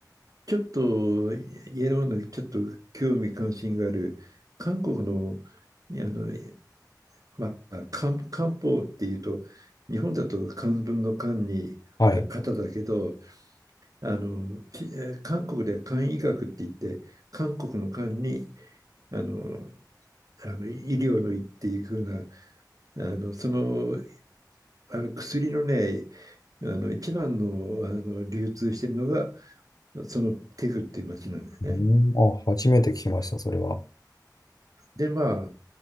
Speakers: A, on the right (about 55°); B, on the left (about 60°).
A: ちょっとイエローのちょっと興味関心がある韓国の、あの、まあ、漢、漢方っていうと日本だと漢文の漢に
B: はい。
A: 方だけどあのき韓国では漢医学って言って韓国の漢にあのあの医療の医っていう風なあのその、あの薬のねあの一番の、あの流通してるのがそのテグっていう町なんですね。
B: うんあ、初めて聞きました、それは。
A: で、まあ、